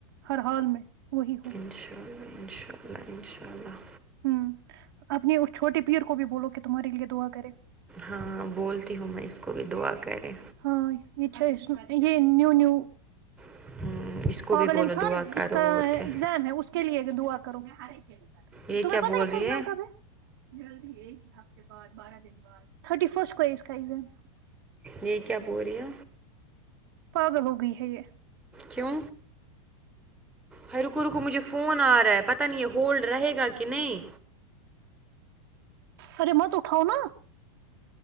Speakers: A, on the right; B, in the centre.
A: ہر حال میں وہی ہو
B: ان شاء اللہ ان شاء اللہ ان شاء اللہ
A: امم اپنی اس چھوٹے پیر کو بھی بولو کہ تمہارے لیے دعا کرے
B: ہاں بولتی ہوں میں اس کو بھی دعا کریں
A: ہاں یہ اچھا یہ نیو نیو
B: امم اس کو
A: پاگل
B: بھی بولو
A: انسان
B: دعا کرو
A: اس کا
B: اور
A: ایگزام
B: کیا
A: ہے اس کے لیے دعا کروں گے آرے کے لیے
B: یہ
A: تمہیں
B: کیا
A: پتا
B: بول
A: اس
B: رہی
A: کا ایگزام کب ہے جلدی ایک ہفتے بعد بارہ دن بعد تھرٹی فسٹ کو ہے اس کا ایگزام
B: یہ کیا بول رہی ہے
A: پاگل ہو گںی ہے یہ
B: کیوں ہاں رکو رکو مجھے فون آ رہا ہے پتا نہیں یہ ہولڈ رہے گا کہ نہیں
A: ارے مت اٹھاؤ نا